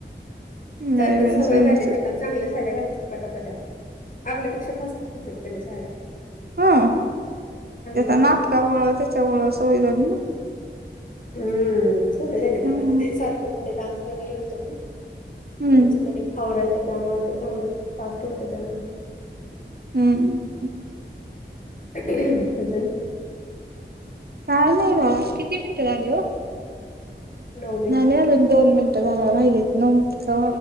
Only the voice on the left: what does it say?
ते आता सवय
झाली त्यांना चांगल्या झाड्या घालतात पटापटा आपल्यापेक्षा फस त्यानी झाड्या
घालतात.
हम्म सवय झाली त्यांना
आ ते सारखं मध्ये डान्स वगैरे होतो ना. तर
त्यांच्या त्यां आवरायचे त्यामुळे आता चांगलं फास्ट होत त्यांना
म्हजल.
नऊ मिनिटं